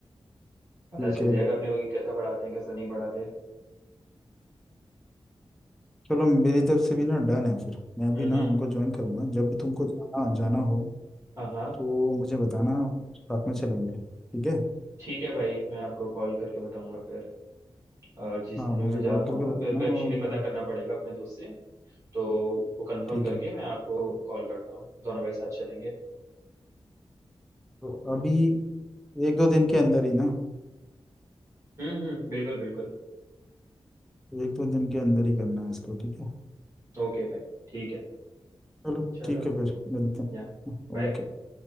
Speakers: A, on the right (about 30°); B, in the centre.
A: पता
B: ठीक
A: चल
B: है
A: जाएगा अपने को कि कैसा पढ़ाते हैं कैसा नहीं पढ़ाते हैं
B: चलो मेरी तरफ से भी ना डन है फिर मैं
A: हम्म
B: भी ना
A: हम्म,
B: उनको ज्वाइन करूंगा जब भी तुमको जाना जाना हो
A: हाँ हाँ
B: तो मुझे बताना साथ में चलेंगे ठीक है
A: ठीक है भाई मैं आपको कॉल करके बताऊंगा फिर अ, जिस
B: हाँ
A: दिन
B: मुझे
A: भी मैं जा
B: कॉल
A: रहा
B: करके
A: हूँ
B: बताना
A: मेरे को एक्चुअली
B: और
A: पता करना पड़ेगा अपने दोस्त से तो वो कंफर्म
B: ठीक
A: करके
B: है
A: मैं आपको कॉल करता हूँ दोनों भाई साथ चलेंगे
B: तो अभी एक दो दिन के अंदर ही ना
A: हम्म हम्म बिल्कुल बिल्कुल
B: एक दो दिन के अंदर ही करना है इसको ठीक है
A: ओके भाई ठीक है
B: चलो
A: चलो
B: ठीक है फिर मिलते
A: या
B: हैं
A: बाय
B: ओके